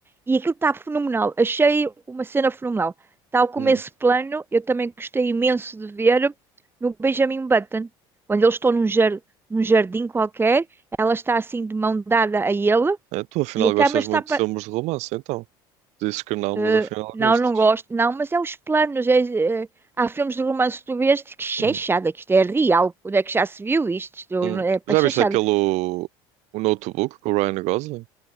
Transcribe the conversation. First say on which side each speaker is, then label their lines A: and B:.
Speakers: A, on the right; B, on the right.
A: e aquilo está fenomenal, achei uma cena fenomenal. Tal como
B: Hum.
A: esse plano, eu também gostei imenso de ver no Benjamin Button, quando eles estão num, jar, num jardim qualquer, ela está assim de mão dada a ele.
B: É, tu afinal
A: E a
B: gostas
A: câmera está
B: muito
A: pa-
B: de filmes de romance, então. Dizes que não, mas
A: eh,
B: afinal
A: não,
B: gostas.
A: não gosto. Não, mas é os planos. é- é- há filmes de romance que tu vês diz, que chechada,
B: Hum.
A: que isto é real. Onde é que já se viu isto? Isto
B: Hum.
A: é para
B: Já
A: chechada.
B: viste aquele o, o Notebook com o Ryan Gosling?